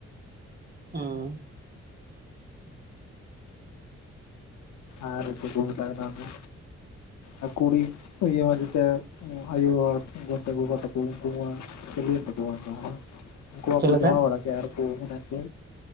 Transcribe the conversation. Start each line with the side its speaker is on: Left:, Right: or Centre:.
Right: ᱩᱸ
Left: ᱟᱨ ᱪᱮᱫ ᱠᱚ ᱢᱮᱛᱟᱜ ᱠᱟᱱᱟ ᱚᱱᱛᱮ? ᱟᱨ ᱠᱩᱲᱤ ᱤᱭᱟᱹ ᱢᱟ ᱡᱮᱛᱮ ᱟᱭᱳ ᱦᱚᱲ ᱜᱚᱜᱚ ᱛᱟ ᱛᱟᱠᱚ ᱩᱱᱠᱩ ᱢᱟ ᱪᱟᱞᱩ ᱮᱱ ᱛᱟᱠᱚᱣᱟ ᱛᱚ᱾ ᱩᱱᱠᱩᱣᱟᱜ
Right: ᱪᱮᱫ
Left: ᱠᱚ
Right: ᱞᱮᱠᱟ
Left: ᱡᱚᱢᱟ ᱵᱟᱲᱟ ᱜᱮ ᱟᱨ ᱠᱚ <unintelligible> ᱠᱚ᱾